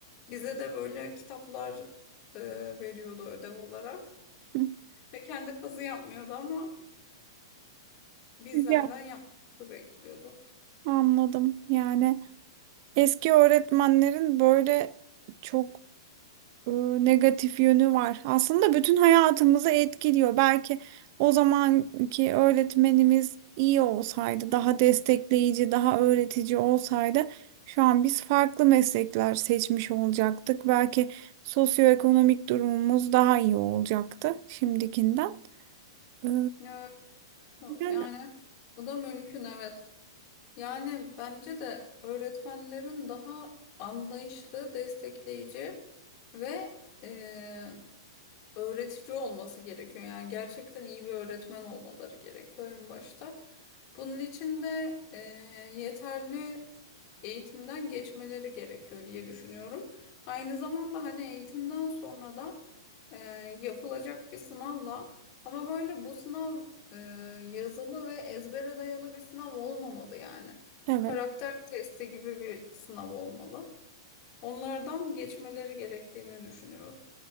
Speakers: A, on the left; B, on the right.
A: Bize de böyle kitaplar e, veriyordu ödev olarak.
B: Hı,
A: Ve kendi kazı yapmıyordu ama bizlerden
B: Güzel.
A: yapmamızı bekliyordu.
B: Anladım. Yani eski öğretmenlerin böyle çok e, negatif yönü var. Aslında bütün hayatımızı etkiliyor. Belki o zamanki öğretmenimiz iyi olsaydı, daha destekleyici, daha öğretici olsaydı şu an biz farklı meslekler seçmiş olacaktık. Belki sosyoekonomik durumumuz daha iyi olacaktı şimdikinden. E,
A: Evet,
B: Yani
A: yani bu da mümkün evet. Yani bence de öğretmenlerin daha anlayışlı, destekleyici ve e, öğretici olması gerekiyor. Yani gerçekten iyi bir öğretmen olmaları gerekiyor en başta. Bunun için de e, yeterli eğitimden geçmeleri gerekiyor diye düşünüyorum. Aynı zamanda hani eğitimden sonra da e, yapılacak bir sınavla ama böyle bu sınav e, yazılı ve ezbere dayalı bir sınav olmamalı yani.
B: evet,
A: Karakter testi gibi bir sınav olmalı. Onlardan geçmeleri gerektiğini düşünüyorum.